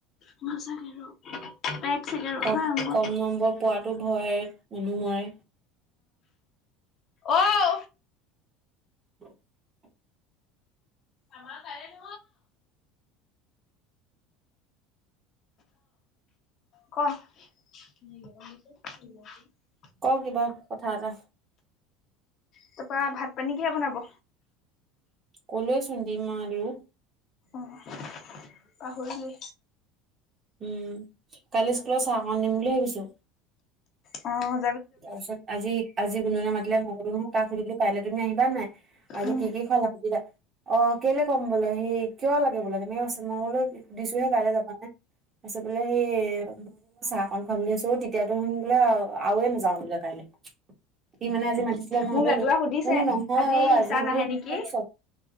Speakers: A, on the left (about 45°); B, on the right (about 35°).
A: সঁচাকে
B: <unintelligible>
A: ৰ এক ছেকেণ্ড ৰ
B: কম
A: হা মোৰ
B: কম নম্বৰ পোৱাটো ভয় মানুহৰে
A: আহ।
B: <inaudible> <inaudible>
A: আমাৰ <unintelligible> ক <unintelligible>
B: ক'কিবা কথা এটা
A: তাৰপা ভাত পানী কিহে বনাব?
B: কলোৱেচুন ডিম আলু।
A: অহ, পাহৰিলো।
B: উম, কালি স্কুলত চাহকণ নিম বুলি ভাবিছো।
A: অহ
B: তাৰপিছত আজি -আজি গুনগুনে মাতিলে মুক তাক সুধিলো কাইলৈ তুমি আহিবা নাই। আজি
A: উম
B: কি- কি খুৱালে সুধিলে অহ কেলে ক'ম বোলে সি কিয় লাগে বোলে তেনেকে কৈছে। মই বোলো সুধিছোঁ হে কাইলৈ যাবা নে। তাছত বোলে সেই চাহকন খুৱাম বুলিছো তেতিয়াতো শুন বোলে আৱে ন যাওঁ বোলে কাইলে ই মানে আজি মাতিছিলে মই
A: মোক
B: নগলো
A: ৰাতিপুৱা সুধিছে
B: বোলো নহয় অ'
A: লিচা
B: আজি বোলো
A: নাহে নেকি?
B: মোৰ চব